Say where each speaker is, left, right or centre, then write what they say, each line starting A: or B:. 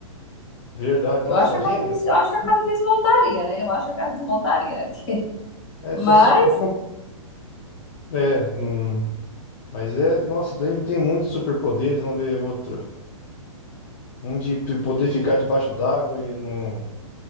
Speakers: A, on the left; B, on the left.
A: Verdade.
B: Eu
A: Nossa,
B: acho
A: imagina.
B: que a casa, des- eu acho que a casa desmontaria, né? Eu acho que a casa desmontaria, né? <laughs>
A: É,
B: Mas,
A: só se for com- é, não- mas é, nossa, tem, tem muitos superpoderes, vamos ver outro. Um de p- poder ficar debaixo d'água e não,